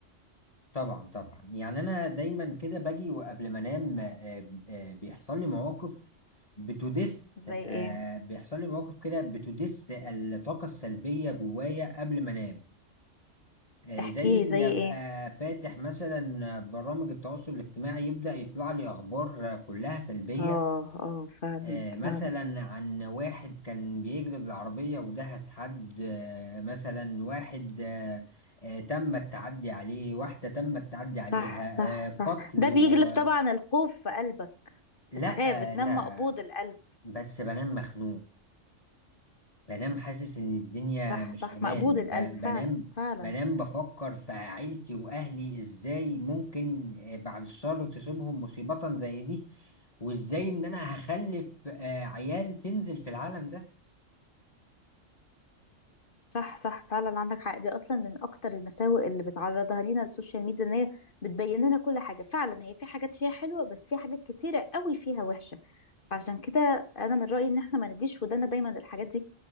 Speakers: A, on the left; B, on the left.
A: <clears throat> طبعا طبعا يعني انا دايما كده باجي وقبل ما انام آه، آه، بيحصل لي مواقف بتدس
B: زي ايه
A: آه، بيحصل لي مواقف كده بتدس الطاقة السلبية جوايا قبل ما انام آه،
B: احكيلي
A: زي اني
B: زي
A: ابقى
B: ايه
A: فاتح مثلا برامج التواصل الاجتماعي يبدأ يطلع لي اخبار كلها سلبية
B: اه اه فعلا
A: آه، مثلا
B: فعلا
A: عن واحد كان بيجري بالعربية ودهس حد آه، مثلا واحد آه، آه، تم التعدي عليه واحدة تم التعدي عليها
B: صح صح
A: آه،
B: صح
A: قتل
B: ده بيجلب
A: و...
B: طبعا الخوف في قلبك
A: لا
B: بتخاف بتنام
A: آه، لا
B: مقبوض القلب
A: بس بنام مخنوق بنام حاسس ان الدنيا
B: صح
A: مش
B: صح
A: امان
B: مقبوض القلب
A: ب...
B: فعلا
A: بنام
B: فعلا
A: بنام بفكر في عيلتي واهلي ازاي ممكن آه، بعد الشر تصيبهم مصيبة زي دي وازاي ان انا هخلف آه، عيال تنزل في العالم ده
B: صح صح فعلا عندك حق دي اصلا من اكتر المساوئ اللي بتعرضها لينا السوشيال ميديا ان هي بتبين لنا كل حاجه فعلا هي في حاجات فيها حلوه بس في حاجات كتيره قوي فيها وحشه فعشان كده انا من رايي ان احنا ما نديش ودانا دايما للحاجات دي